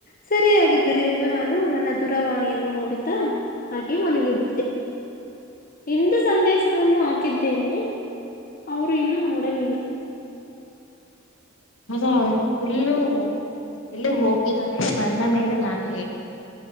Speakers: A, on the left; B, on the left.
A: ಸರಿಯಾಗಿದ್ದರೆ ಎಂದು ನಾನು ನನ್ನ ದುರವಾಣಿ ನೋಡುತ್ತಾ ಹಾಗೆ ಮಲಗಿದ್ದೆ ಇಂದು ಸಂದೇಶವನ್ನು ಹಾಕಿದ್ದೇನೆ ಅವರು ಇನ್ನೂ ನೋಡಲಿಲ್ಲ
B: ಹೌದಾ ಅವರು ಫುಲ್ಲು ಎಲ್ಲ ಹೋಗಿದಿದ್ದಾರೆ ಬಂದ ಮೇಲೆ ನಾನು